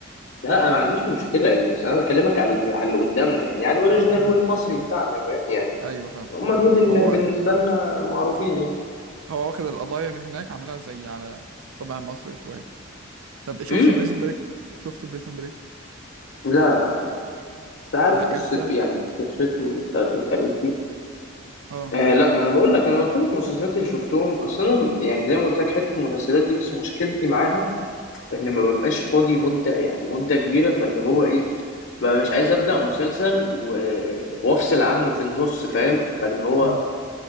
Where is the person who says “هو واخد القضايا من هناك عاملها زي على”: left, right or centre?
Right